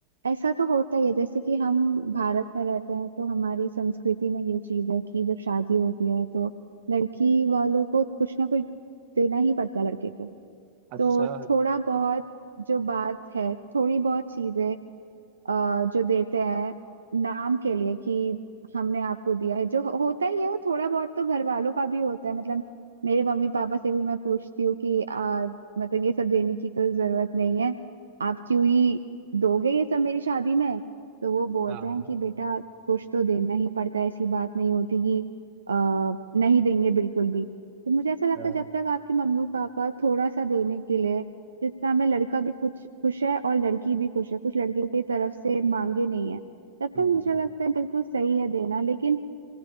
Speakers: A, on the right (about 75°); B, on the right (about 40°).
A: ऐसा तो होता ही है जैसे कि हम भारत में रहते हैं तो हमारी संस्कृति में ये चीज है कि जब शादी होती है तो लड़की वालों को कुछ ना कुछ देना ही पड़ता है लड़के को
B: अच्छा
A: तो थोड़ा बहुत जो बात है थोड़ी बहुत चीजें अ, जो देते हैं नाम के लिए कि हमने आपको दिया है जो हो- होता ही है वो थोड़ा बहुत तो घर वालों का भी होता है मतलब मेरे मम्मी पापा से भी मैं पूछती हूँ कि अ, मतलब ये सब देने की तो जरूरत नहीं है आप क्यों ही दोगे ये सब मेरी शादी में तो वो बोलते
B: हाँ
A: हैं कि बेटा कुछ तो देना ही पड़ता है ऐसी बात नहीं होती कि अ, नहीं देंगे बिल्कुल भी तो मुझे ऐसा लगता
B: हाँ,
A: है जब तक आपके मम्मी पापा थोड़ा सा देने के लिए जितना में लड़का भी खुश खुश है और लड़की भी खुश है कुछ लड़के की तरफ से मांगे नहीं है तब
B: हम्म
A: तक मुझे लगता है बिल्कुल सही है देना लेकिन